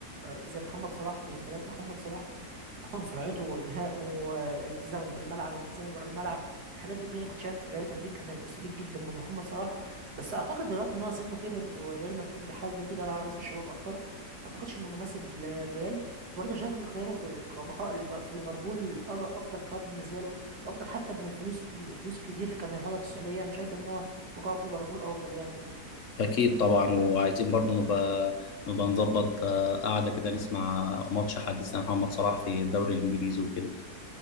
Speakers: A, on the right; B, on the left.
A: زي محمد صلاح بامكانيات محمد صلاح خصوصا سرعته انهائه التزامه في الملعب التزامه بره الملعب الحاجات دي كلها انا كنت شايف ريال مدريد كان هيبقى مستفيد جدا من محمد صلاح بس اعتقد دلوقتي ان هو سنه كبر وريال مدريد بيحاول دلوقتي يدور على عناصر شباب اكتر ما اعتقدش انه مناسب للريال برضه أنا شايف ان خياره في البقاء لف- في ليفربول أج- افضل خيار بالنسبه له افضل حتى من الفلوس الفلوس كتير اللي كان هياخدها في السعوديه انا شايف ان هو بقائه في ليفربول افضل يعني وكده
B: اكيد طبعا وعايزين برضو نبقى نبقى نظبط آه، قعدة كده نسمع ماتش حديث عن محمد صلاح في الدوري الانجليزي وكده